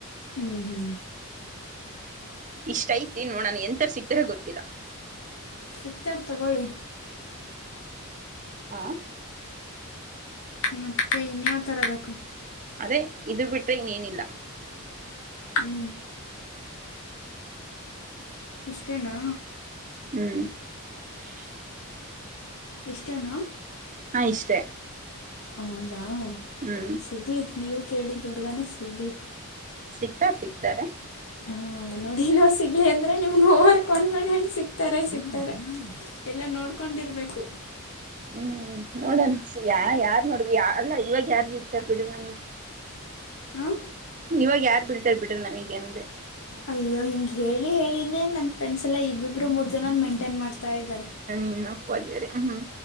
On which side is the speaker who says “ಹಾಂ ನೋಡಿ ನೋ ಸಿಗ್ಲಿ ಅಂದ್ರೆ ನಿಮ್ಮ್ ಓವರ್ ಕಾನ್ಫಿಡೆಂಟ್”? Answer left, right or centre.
Left